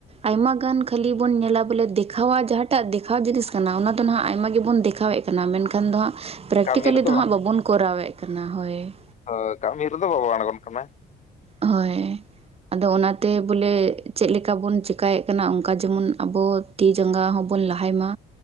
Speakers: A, on the right (about 35°); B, on the left (about 45°).
A: ᱟᱭᱢᱟ ᱜᱟᱱ ᱠᱷᱟᱹᱞᱤ ᱵᱚᱱ ᱧᱮᱞᱟ ᱵᱚᱞᱮ ᱫᱮᱠᱷᱟᱣᱟ ᱡᱟᱦᱟᱸᱴᱟᱜ ᱫᱮᱠᱷᱟᱣ ᱡᱤᱱᱤᱥ ᱠᱟᱱᱟ ᱚᱱᱟ ᱫᱚ ᱦᱟᱜᱢᱟ ᱜᱮᱵᱚᱱ ᱫᱮᱠᱷᱟᱣᱮᱫ ᱠᱟᱱᱟ ᱢᱮᱱᱠᱷᱟᱱ ᱫᱚ ᱦᱟᱜ ᱯᱨᱮᱠᱴᱤᱠᱮᱞᱤ
B: ᱠᱟᱹᱢᱤ ᱨᱮᱫᱚ
A: ᱫᱚ ᱦᱟᱸᱜ ᱵᱟᱵᱚᱱ ᱠᱚᱨᱟᱣᱮᱫ ᱠᱟᱱᱟ ᱦᱳᱭ
B: ᱦᱚᱭ ᱠᱟᱹᱢᱤ ᱨᱮ ᱫᱚ ᱵᱟᱵᱟᱱ ᱟᱲᱜᱚᱱ ᱠᱟᱱᱟ
A: ᱦᱳᱭ ᱟᱫᱚ ᱚᱱᱟᱛᱮ ᱵᱚᱞᱮ ᱪᱮᱫ ᱞᱮᱠᱟ ᱵᱚᱱ ᱪᱮᱠᱟᱭᱮᱫ ᱠᱟᱱᱟ ᱚᱱᱠᱟ ᱡᱮᱢᱚᱱ ᱟᱵᱚ ᱛᱤ ᱡᱟᱸᱜᱟ ᱦᱚᱸ ᱵᱚᱱ ᱞᱟᱦᱟᱭ ᱢᱟ